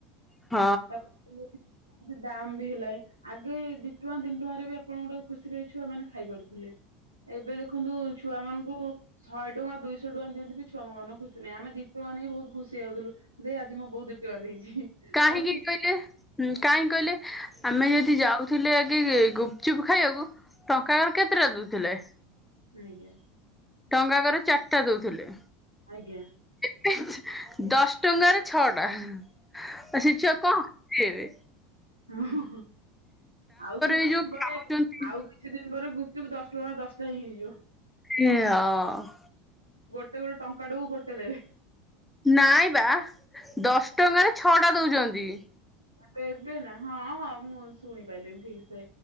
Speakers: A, in the centre; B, on the right (about 85°).
A: ହଁ।
B: ତାପରେ ଦାମ୍ ବି ହେଲାଣି। ଆଗେ ଦିଟୁଆଁ ତିନଟୁଆଁ ରେ ବି ଆପଣଙ୍କ ଗୋଟେ ଖୁସିରେ ଛୁଆ ମାନେ ଖାଇ ପାରୁଥିଲେ। ଏବେ ଦେଖନ୍ତୁ ଛୁଆ ମାନଙ୍କୁ ଶହେ ଟା ଦୁଇଶହ ଟଙ୍କା ଦିଅନ୍ତିି ଛୁଆଙ୍କ ମନ ଖୁସି ନାହିଁଆମେ ଦିଟଙ୍କା ନେଇକି ବି ବହୁତୁ ଖୁସି ହେଇ ଯାଉଥିଲୁ ଦେ ଆଜି ମୋ ବୋଉ ଦି ଟଙ୍କା ଦେଇଛି।
A: କାହିଁକି
B: ଭାରି ଖୁସି
A: କହିଲେ ହୁଁ କାହିଁକ କହିଲେ? ଆମେ ଯଦି ଯାଉଥିଲେ ଆଗେ ଗୁପଚୁପ ଖାଇବାକୁ ଟଙ୍କା କର କେତେଟା ଦଉଥିଲେ?
B: ଆଜ୍ଞା।
A: ଟଙ୍କାକରେ ଚାରିଟା ଦଉଥିଲେ।
B: ଆଜ୍ଞା।
A: <unintelligible> ଦଶ ଟଙ୍କାରେ ଛଅ ଟା ଆ ସେ ଛୁଆ କଣ ଖୁସିହେବେ?
B: ହ ଅଁ ଅଁ ଆଉ କିଛି
A: ଏଇ ଯୋଉ
B: ଦିନ ପରେ
A: ଖାଉଛନ୍ତି
B: ଆଉ କିଛି ଦିନ ପରେ ଗୁ୍ ଚୁପ ଦଶ ଟଙ୍କା ଦଶଟା ହେଇଯିବ।
A: ଏ ହଁ।
B: ସେ ପୁଣି ଟଙ୍କାଟୁକୁ ଗୋଟେ ଦେବେ।
A: ନାଇଁ ବା ଦଶ ଟଙ୍କାରେ ଛଅଟା ଦଉଛନ୍ତି।
B: ଏବେ ଏବେ ନା ହଁ ହଁ ମୁଁ ଶୁଣି ପାରିଲିନି ଠିକ ସେ